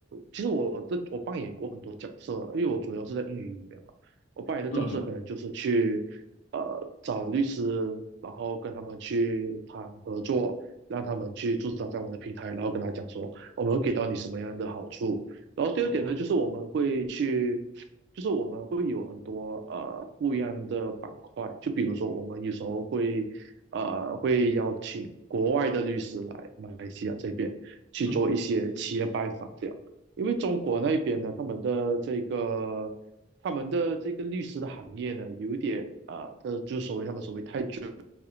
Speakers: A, on the right; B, on the left.
A: 其实我这我扮演过很多角色了因为我主要是在运营里面嘛，我扮演的角色可能就是去呃找律师，
B: 嗯
A: 然后跟他们去谈合作，让他们去驻扎在我们的平台，然后跟他讲说我们会给到你什么样的好处。然后第二点呢，
B: 嗯
A: 就是我们会去，就是我们会有很多呃不一样的板块，就比如说我们有时候会呃会邀请国外的律师来马来西亚这边去做一些企业拜访这样，
B: 嗯，嗯
A: 因为中国那边呢，他们的这个他们的这个律师的行业呢，有点啊，呃，就是所谓他们所谓太卷，